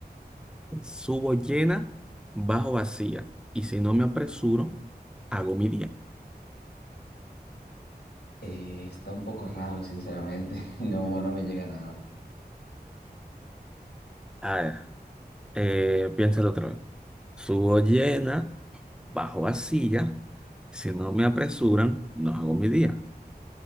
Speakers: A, in the centre; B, on the left.
A: subo llena, bajo vacía. Y si no me apresuro, hago mi día.
B: Eh, está un poco raro, sinceramente. <laughs> No, no me llega nada.
A: A ver, eh, piénsalo otra vez. Subo llena, bajo vacía. Si no me apresuran, no hago mi día.